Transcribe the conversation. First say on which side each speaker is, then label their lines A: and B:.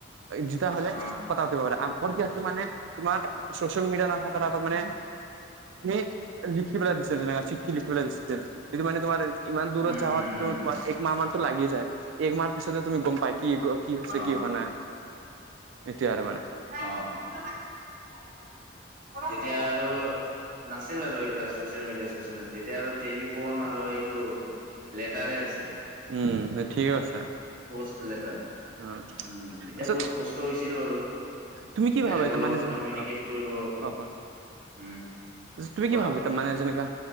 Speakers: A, on the right; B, on the right.
A: জিতা হলে
B: অ
A: কথা পাৰা। মোৰ কি আছো মানে তোমাৰ চচিয়েল মিডিয়া নাথাক আগত মানে তুমি লিখিবেল দিছিলে, চিঠি লিখিবেল দিছিল। যদিটো মানে তোমাৰ ইমান দূৰত
B: উম
A: যাৱাত
B: হম হম হম
A: তোমাৰ এক মাহ মানতো লাগে যায়। এক মাহৰ পিছতে তুমি গম পাই কি কি হৈছে
B: অ
A: কি। হয় নাই? এতিয়া আৰু মানে
B: অ তেতিয়া আৰু নাছিল আৰু এইবিলাক চচিয়েল মিডিয়া চচিয়েল মিডিয়া, তেতিয়া আৰু টেলিফোন আৰু এইটো লেটাৰে আছিল।
A: উম ঠিক কৈছা।
B: Post letter.
A: অ
B: উম এতিয়া
A: আচ্ছা
B: বহুত কষ্ট হৈছিল বাৰু।
A: তুমি কি
B: বেলেগৰ
A: ভাবা এটা ত
B: লগত
A: মানে
B: কমিউনিকেট
A: অ
B: কৰিব
A: অ কোৱা কোৱা।
B: উম,
A: তুমি
B: কোৱা
A: কি ভাবি তাৰ মানে যেনেকা